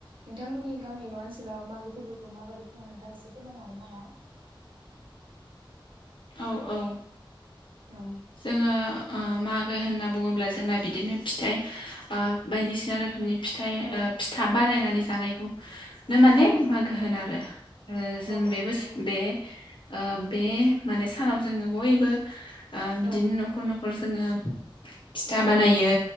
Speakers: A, on the right; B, on the left.
A: नोंथांमोननि गामि एबा ओनसोलाव मागो फोरबोखौ माबायदि खुङो नोंथां एसे फोरमायनो हागोन नामा?
B: औ औ
A: औ
B: जोङो मागो होनना बुङोब्ला जोंना बिदिनो फिथाइ बायदिसिना रोखोमनि फिथाय
A: औ
B: फिथा बानायनानै जानायखौनो माने
A: औ
B: मागो होनो आरो ओ जों
A: औ औ
B: बे
A: नंगौ
B: बोस बे ओ बे माने सानाव जोङो बयबो ओ बिदिनो
A: औ
B: न'खर न'खर जोङो फिथा
A: औ
B: बानायो